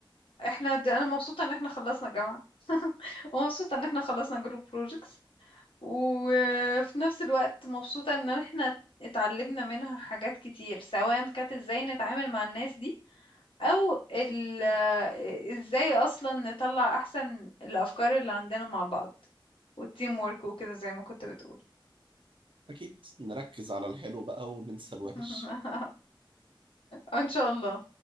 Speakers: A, on the left; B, on the right.
A: احنا د... انا مبسوطة ان احنا خلصنا جامعة <laughs> ومبسوطة ان احنا خلصنا جروب بروجكتس وفي نفس الوقت مبسوطة ان احنا اتعلمنا منها حاجات كتير سواء كانت ازاي نتعامل مع الناس دي او ال ازاي اصلا نطلع احسن الافكار اللي عندنا مع بعض والتيم وورك وكده زي ما كنت بتقول
B: اكيد نركز على الحلو بقى وننسى الوحش
A: <laughs> ان شاء الله